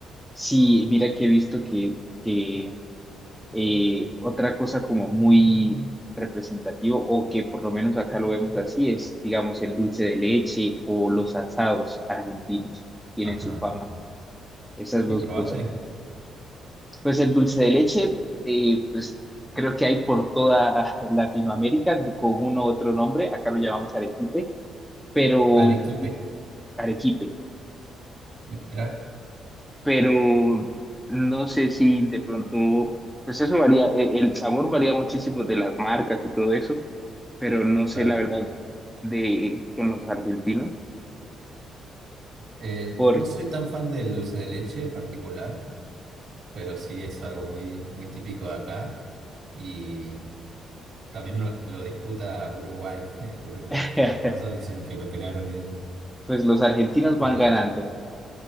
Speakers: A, in the centre; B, on the right.
A: sí, mira que he visto que, que, eh, otra cosa como muy representativo, o que por lo menos acá lo vemos así, es, digamos, el dulce de leche o los asados argentinos. Tienen
B: Ajá.
A: su fama, esas
B: ¿Y
A: dos
B: probaste
A: cosas. Pues el dulce de leche, eh, pues creo que hay por toda <laughs> Latinoamérica con uno u otro nombre, acá lo llamamos arequipe, pero
B: arequipe?
A: arequipe,
B: Mira,
A: pero no sé si de pronto, pues eso varía, e- el sabor varía muchísimo de las marcas y todo eso, pero no sé
B: claro.
A: la verdad de con los argentinos,
B: Eh,
A: porque
B: no soy tan fan del dulce de leche en particular, pero sí es algo muy, muy típico de acá y también lo, lo disputa Uruguay. <laughs> Uru- Los
A: <laughs>
B: uruguayos dicen que lo crearon ellos,
A: pues los argentinos
B: pero
A: van ganando,